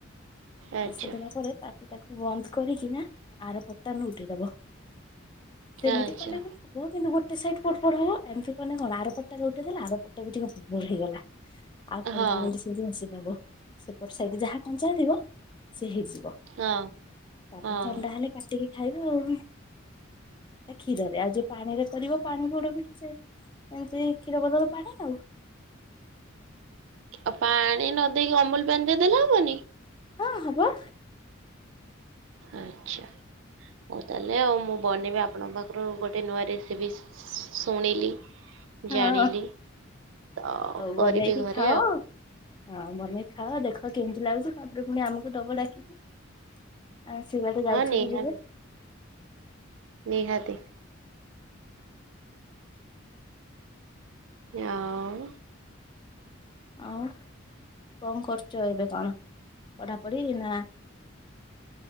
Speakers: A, on the right (about 70°); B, on the left (about 25°).
A: ଆଚ୍ଛା
B: ବସିଦେଲା ପରେ ତା ତାକୁ ବନ୍ଦ କରିକି ନା। ଆର ପଟଟା ନଉଟେଇଦବ ସେମିତି
A: ଆଚ୍ଛା
B: କଲେ ବି ହବ କିନ୍ତୁ ଭୁ ଗୋଟେ ସାଇଟ୍ ପଡ ପଡ ହବ ଏମିତି କନେ କଣ ଆର ପଟ ଟା ଯଉ ଉଠିଥିଲା ଆରପଟ ଟା ବି ଟିକେ ପୁଡ ପୁଡ଼ ହେଇଗଲା। ଆ ପନ୍ଦର
A: ହଁ
B: ମିନିଟ୍ ସେମିତି ବସେଇଦବ ସେପଟ ସାଇଟି ଯାହା କଞ୍ଚା ଥିବ। ସେ ହେଇଯିବ
A: ହଁ
B: ତାପରେ
A: ହଁ
B: ଥଣ୍ଡା ହେଲେ କାଟିକି ଖାଇବ ଆଉ। ଏଟା କ୍ଷୀରରେ ଆ ଯଉ ପାଣିରେ କରିବ ପାଣି ପୋଡ ପିଠା। ଏମିତି କ୍ଷୀର ବଦଳ ପାଣି ଆଉ।
A: ଆଉ ପାଣି ନ ଦେଇକି ଅମୁଲୁ ପାଣି ଦେଇ ଦେଲେ ହବନି।
B: ହଁ ହବ।
A: ଆଚ୍ଛା। ହଉ ତାହେଲେ ଆଉ ମୁଁ ବନେଇବି ଆପଣଙ୍କ ପାଖରୁ ଗୋଟେ ନୂଆ ରେସିପି ଶୁ-ଶୁ-ଶୁଣିଲି।
B: ହଁ।
A: ଜାଣିଲି। ତ
B: ହଉ
A: କରିବି
B: ବନେଇକି
A: ଘରେ
B: ଖାଅ
A: ଆଉ
B: ହଁ ବନେଇକି ଖାଅ ଦେଖ କେମିତି ଲାଗୁଛି। ତୁ ପୁଣି ଆମକୁ ଦବ ଡାକି ସେ ବାଟେ
A: ହଁ
B: ଯାଉଛନ୍ତି
A: ନିହାତି
B: ଯେବେ।
A: ନିହାତି। ଇଁଆଉ।
B: ଆଉ କଣ କରୁଚ ଏବେ କଣ। ପଢ଼ାପଢ଼ି ନା